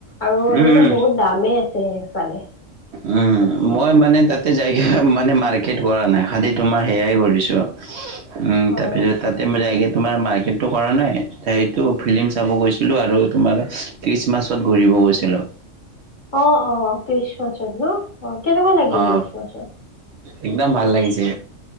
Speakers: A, on the left; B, on the right.
A: আৰু
B: উম উম
A: এনেতো বহুত দামেই আছে একফালে
B: উম মই মানে তাতে যাই মানে মাৰ্কেট কৰা নাই খালি তোমাৰ সেয়াই কৰিছো।
A: <inaudible>
B: উম তাৰপিছত
A: অ
B: তাতে মই যায় কে তোমাৰ মাৰ্কেটটো কৰা নাই সেইটো ফিল্ম চাব গৈছিলো আৰু তোমাৰ খ্ৰীষ্টমাছত ঘূৰিব গৈছিলো।
A: অ অ খ্ৰীষ্টমাছত ন অ কেনেকুৱা লাগিল
B: অ
A: খ্ৰীষ্টমাছত?
B: একদম ভাল লাগিছে